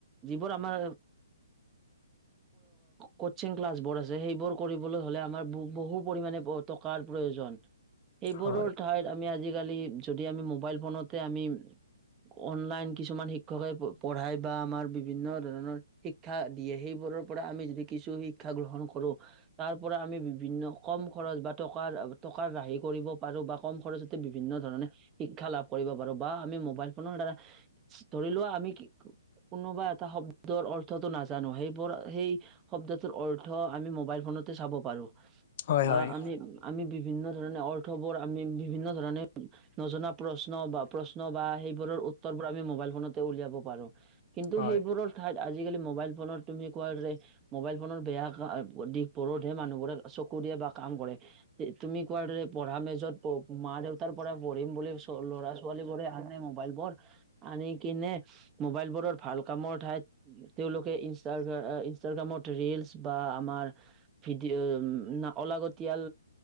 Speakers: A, on the right (about 20°); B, on the left (about 45°).
A: যিবোৰ আমাৰ কচিং ক্লাছ বোৰ আছে সেইবোৰ কৰিবলৈ হলে আমাৰ বহু পৰিমাণে টকাৰ প্ৰয়োজন। এইবোৰৰ
B: হয়
A: ঠাইত আমি আজি আজিকালি যদি আমি মোবাইল ফোনতে আমি অনলাইন কিছুমান শিক্ষকে পঢ়ায় বা আমাৰ বিভিন্ন ধৰণৰ শিক্ষা দিয়ে। সেইবোৰ পৰা আমি যদি কিছু শিক্ষা গ্ৰহণ কৰো, তাৰ পৰা আমি বিভিন্ন কম খৰচ বা টকাৰ, টকাৰ ৰাহি কৰিব পাৰো। বা কম খৰচতে বিভিন্ন ধৰণে শিক্ষা লাভ কৰিব পাৰো। বা আমি মোবাইল ফোনৰ দ্বাৰা ধৰি লোৱা আমি কি কোনোবা এটা শব্দৰ অৰ্থটো নাজানো সেইবোৰ সেই শব্দটোৰ অৰ্থ আমি মোবাইল ফোন তো চাব পাৰো।
B: হয়
A: বা
B: হয়
A: আমি আমি বিভিন্ন ধৰণে অৰ্থবোৰ আমি বিভিন্ন ধৰণে নজনা প্ৰশ্ন বা প্ৰশ্ন বা সেইবোৰৰ উত্তৰবোৰ আমি মোবাইল ফোনতে উলিয়াব পাৰো। কিন্তু
B: হয়
A: সেইবোৰৰ ঠাইত আজিকালি মোবাইল ফোনত তুমি কোৱা যে, মোবাইল ফোনৰ বেয়া দিশ বোৰতহে মানুহবোৰে চকু দি বা কাম কৰে তুমি কোৱাৰ দৰে পঢ়া মেজত মা দেউতাৰ পৰা পঢ়িম বুলি চ ল'ৰা-ছোৱালী বোৰে আনে মোবাইল বোৰ আনি কিনে মোবাইল বোৰৰ ভাল কামৰ ঠাইত তেওঁলোকে ই ইন্ষ্ট্ৰাগ্ৰামত ৰিলচ বা আমাৰ উম, অলাগতিয়াল